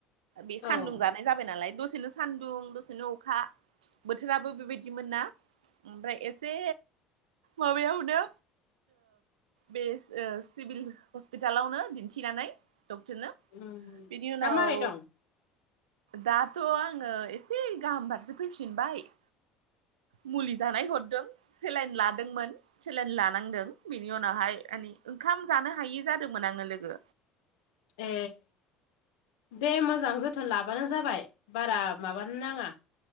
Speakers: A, on the right (about 70°); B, on the left (about 65°).
A: बे सान्दुं
B: औ
A: जाथ नाय जाबाय नालाय दसेनो सान्दुं दसेनो अखा बोथोराबो बेबायदि मोन ना ओमफ्राय एसे माबायाव हदो बे सिभिल हस्पिटालावनो दिन्थिनानै डक्टरनो
B: दा
A: बिनि उनाव
B: मारै दं
A: दाथ आंङो एसे गाहाम फारसे फैफिनबाय मुलि जानाय हरदों सेलायन लादोंमोन सेलायन लानांदों बेनि उनावहाय मान ओंखाम जानो हायि जादोंमोन आःङो लोगो
B: ए दे मोजां जोथोन लाबानो जाबाय बारा माबानो नांङा